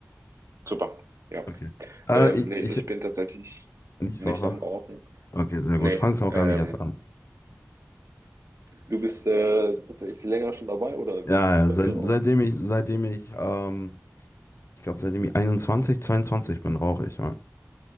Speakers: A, on the right (about 65°); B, on the left (about 55°).
A: Super. Ja.
B: Okay. Äh,
A: Ähm,
B: ich,
A: nee,
B: ich,
A: ich bin tatsächlich
B: nicht
A: nicht
B: Raucher.
A: am Rauchen.
B: Okay, sehr
A: Nee.
B: gut. Fang's auch
A: Ähm,
B: gar nicht erst an.
A: du bist äh, tatsächlich länger schon dabei oder
B: Ja,
A: wie sieht es bei
B: ja, seit,
A: dir aus?
B: seitdem ich, seitdem ich, ähm, ich glaube, seitdem ich 21, 22 bin, rauche ich. Ja.